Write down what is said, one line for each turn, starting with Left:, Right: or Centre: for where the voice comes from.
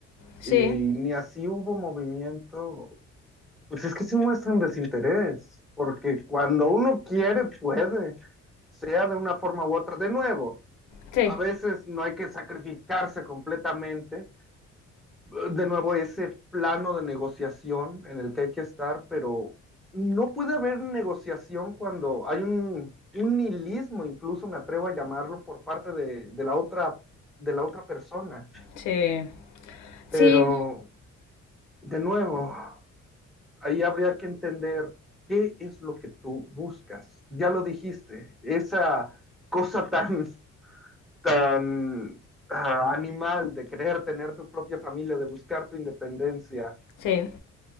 Left: Sí,
Centre: y ni así hubo movimiento, pues es que sí muestra un desinterés, porque cuando uno quiere, puede, sea de una forma u otra. De nuevo,
Left: sí,
Centre: a veces no hay que sacrificarse completamente, de nuevo ese plano de negociación en el que hay que estar, pero no puede haber negociación cuando hay un, un nihilismo, incluso me atrevo a llamarlo, por parte de, de la otra, de la otra persona.
Left: sí, sí,
Centre: Pero, de nuevo, ahí habría que entender qué es lo que tú buscas. Ya lo dijiste, esa cosa tan, tan ah, animal de querer tener tu propia familia, de buscar tu independencia
Left: sí.